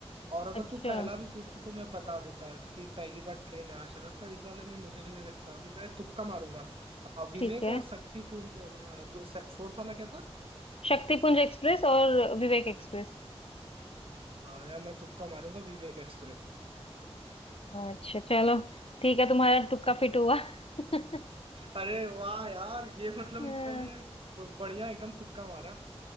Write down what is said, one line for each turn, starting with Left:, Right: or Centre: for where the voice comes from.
Right: और अगर
Left: अच्छा
Right: तू पहला भी पूछती तो मैं बता देता कि पहली बार ट्रेन यहाँ चला पर इस वाले में मुझे नहीं लगता मैं तुक्का मारूंगा अ, विवेक
Left: ठीक है
Right: और शक्ति कौन अ, दो फोर्थ वाला क्या था
Left: शक्तिपुंज एक्सप्रेस और विवेक एक्सप्रेस
Right: हाँ यार मैं तुक्का मारूंगा विवेक एक्सप्रेस
Left: अच्छा चलो ठीक है तुम्हारा तुक्का फिट हुआ <laughs>
Right: अरे वाह यार ये मतलब
Left: हाँ
Right: मैंने ब- बढ़िया एकदम तुक्का मारा